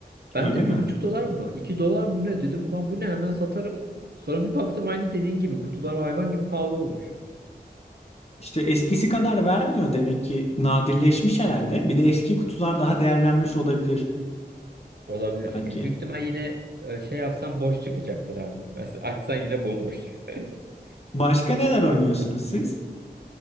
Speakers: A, on the right (about 70°); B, on the left (about 40°).
A: Ben
B: Öyle
A: de
B: mi?
A: bir buçuk dolar mı? iki dolar mı ne? Dedim ulan bu ne? Hemen satarım. Sonra bir baktım aynı dediğin gibi kutular hayvan gibi pahalı olmuş.
B: İşte eskisi kadar vermiyor demek ki. Nadirleşmiş herhalde. Bir de eski kutular daha değerlenmiş olabilir
A: Olabilir.
B: belki.
A: Yani büyük ihtimal yine e, şey yapsan boş çıkacaktır abi. <laughs> Açsan yine bomboş. <laughs>
B: Başka neler oynuyorsunuz siz?